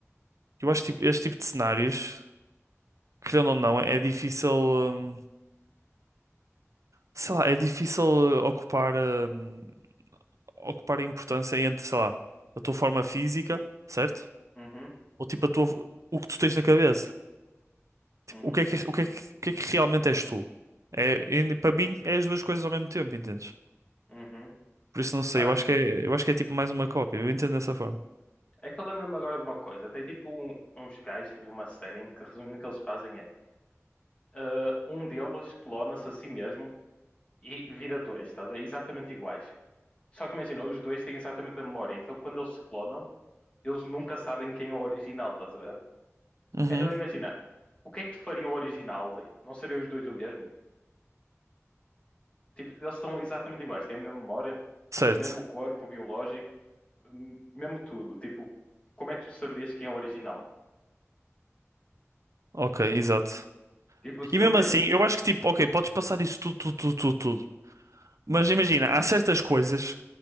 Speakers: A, on the right (about 85°); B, on the left (about 20°).
A: eu acho que tipo, este tipo de cenários, querendo ou não, é difícil, hum, sei lá, é difícil eh, ocupar. hum, ocupar a importância entre, sei lá, a tua forma física, certo?
B: Uhum,
A: Ou tipo a tua, o que tu tens na cabeça. Tipo,
B: uhum,
A: o que é que, o que é que, o que é que realmente és tu? É, e para mim é as duas coisas ao mesmo tempo, entendes?
B: uhum.
A: Por isso não sei,
B: Mas
A: eu acho que é, eu acho que é tipo mais uma cópia, eu entendo dessa forma.
B: é que eu lembro-me agora de uma coisa. Tem tipo um- uns gajos tipo, de uma série em que resumindo o que eles fazem é ah, um deles clona-se a si mesmo e vira dois, estás a ver? Exatamente iguais. Só que imagina, os dois têm exatamente a memória, então quando eles se clonam, eles nunca sabem quem é o original, estás a ver?
A: Uhum.
B: Então imagina, o que é que te faria o original ali? Não seriam os dois o mesmo? Tipo, eles são exatamente iguais, têm a mesma memória,
A: Certo.
B: mesmo corpo biológico, hum, mesmo tudo. Tipo, como é que tu saberias quem é o original?
A: Ok, exato.
B: Tipo, seria
A: E mesmo
B: o mesmo.
A: assim, eu acho que tipo, ok, podes passar isso tudo, tudo, tudo, tudo, tudo. Mas imagina, há certas coisas